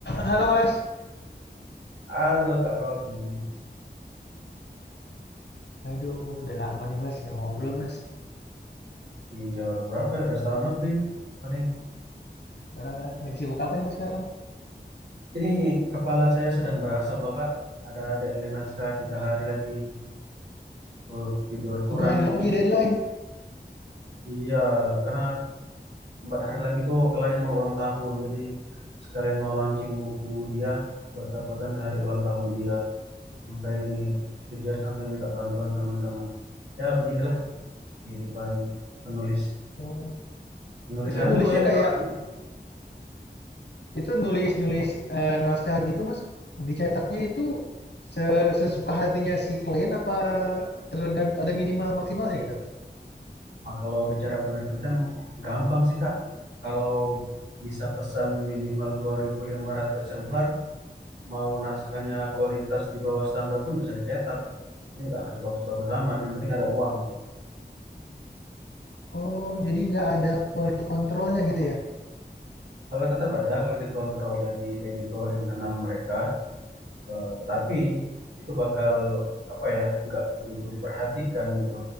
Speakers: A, on the left; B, on the right.
A: Halo Mas.
B: Halo Kak Robi,
A: Aduh, udah lama nih Mas nggak ngobrol Mas.
B: iya berapa ya? Udah setahun lebih paling.
A: Eh, lagi sibuk apa nih Mas sekarang?
B: Ini kepala saya sedang berasap loh Kak. Ada deadline naskah tiga hari lagi. Oh, tidur kurang
A: Tiga hari lagi
B: ini.
A: deadline.
B: Iya, karena empat hari lagi tuh klien mau ulang tahun. Jadi sekalian mau launching buku dia bertepatan hari ulang tahun dia. Maka ini kejar sampai minta bantuan teman-teman. Ya beginilah kehidupan penulis.
A: Oh,
B: Penulis
A: itu
B: hantu
A: nulisnya
B: ya kata
A: kayak
B: orang.
A: itu nulis-nulis eh, naskah gitu Mas. Dicetaknya itu se- sesuka hatinya si klien apa tergantung ada minimal maksimalnya gitu?
B: Nah, kalau bicara penerbitan gampang sih Kak. Kalau bisa pesan minimal 2.500 eksemplar, mau naskahnya kualitas di bawah standar pun bisa dicetak. Jadi nggak harus bagus-bagus amat, yang penting ada uang.
A: Oh, jadi nggak ada quality controlnya gitu ya?
B: Kalau tetap ada quality control dari editor internal mereka, eh, tetapi itu bakal apa ya, nggak begitu diperhatikan gitu.